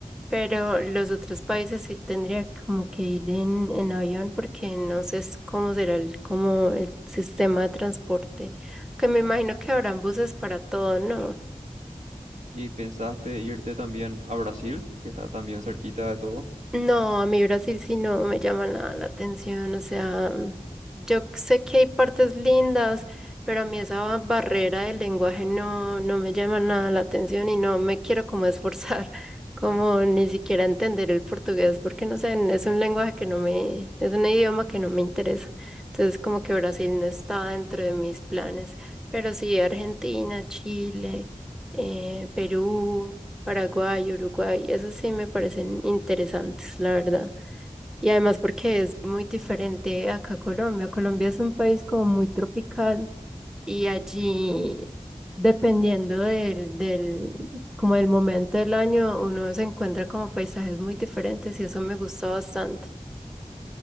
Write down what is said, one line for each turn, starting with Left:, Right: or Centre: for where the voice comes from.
Centre: pero los otros países sí tendría como que ir en, en avión porque no sé s- cómo será el, como el sistema de transporte. Que me imagino que habrán buses para todo, ¿no?
Right: ¿Y pensaste irte también a Brasil, que está también cerquita de todo?
Centre: No, a mí Brasil sí no me llama nada la atención, o sea, mm, yo sé que hay partes lindas, pero a mí esa barrera del lenguaje no, no me llama nada la atención y no me quiero como esforzar, <laughs> como ni siquiera entender el portugués, porque no sé, es un lenguaje que no me, es un idioma que no me interesa, entonces como que Brasil no está dentro de mis planes, pero sí Argentina, Chile, eh, Perú. Paraguay, Uruguay, esos sí me parecen interesantes, la verdad. Y además porque es muy diferente acá a Colombia. Colombia es un país como muy tropical y allí, dependiendo del, del, como del momento del año, uno se encuentra como paisajes muy diferentes y eso me gustó bastante.